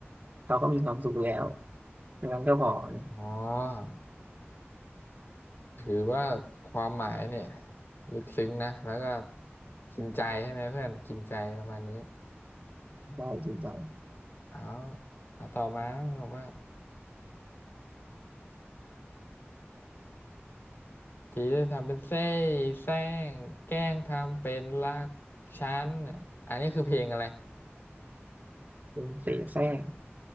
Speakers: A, on the right; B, on the left.
A: เขาก็มีความสุขแล้ว อย่างนั้นก็พอเนี่ย
B: อ๋อ ถือว่าความหมายเนี่ยลึกซึ้งนะ แล้วก็กินใจใช่ไหมเพื่อนกินใจประมาณนี้
A: พอจริงจัง
B: เอาเอาต่อมาบอกว่าทีจะทำเป็นเส้แซงแกล้งทำเป็นรักฉันเนี่ยอันนี้คือเพลงอะไร
A: เป็นเสแสร้ง